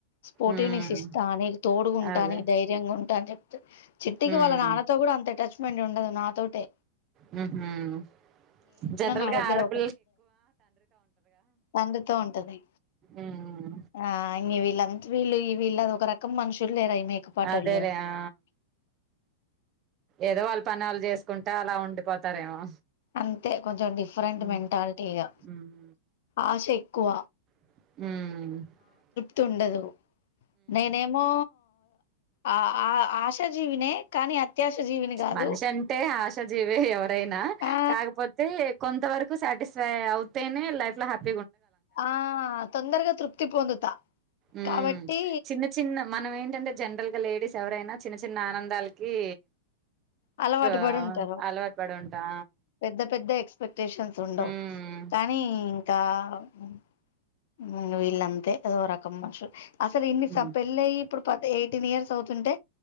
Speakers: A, on the left (about 65°); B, on the right (about 35°).
A: స్పోర్టివ్
B: ఉమ్
A: నెస్ ఇస్తా నీకు తోడుగాంటా
B: అదే
A: న ధైర్యంగా ఉంటా అని చెప్ చిట్టికి
B: ఉమ్
A: వాళ్ళ నాన్నతో కూడ అంత అటాచ్ మెంట్ ఉండదు నా తోటే
B: హ్మ జనరల్గా
A: నా దగ్గర
B: ఆడపి
A: తండ్రితో ఉంటది
B: ఉమ్
A: ఆ వీళ్ళంత వీళ్ళు ఈ వీళ్ళు అది ఒక రకం మనుషులు లేరా ఈ మేకపాటోళ్ళు
B: అదేలే ఆ ఏదో వాళ్ళ పని వాళ్ళు చేసుకుంటా అలా ఉండిపోతారేమో
A: అంతే కొంచెం డిఫరెంట్
B: ఉమ్
A: మెంటాలిటీగా
B: ఉమ్
A: ఆశ ఎక్కువ
B: హ్మ
A: తుండదు నేనేమో ఆ ఆ ఆశా జీవినే కానీ అత్యాశ జీవిని కాదు
B: మనిషంటే ఆశ జీవే ఎవ ఐనా
A: ఆ
B: కాకపోతే కొంత వరకు సాటిస్ఫై అవుతేనే లైఫ్ లో హ్యాప్
A: ఆ తొందరగా తృప్తి పొందుతా
B: ఉమ్
A: కాబట్టి
B: చిన్న చిన్న మనం ఏంటంటే జనరల్ గా లేడీస్ ఎవరైనా చిన్న చిన్న ఆనందాలకి
A: అలవాటు
B: ఆ
A: పడి ఉంటారు
B: అలవాటు పడి ఉంటా
A: పెద్ద పెద్ద ఎక్స్పెక్టేషన్స్ ఉండవు
B: ఉమ్
A: కానీ ఇంకా అవును మ్ వీళ్ళంతే అదో రకం మనుషులు అసలు ఇన్నిస
B: ఉమ్
A: పెళ్లఅయి పత్ ఎయిటీన్ ఇయర్స్ అవుతుంటే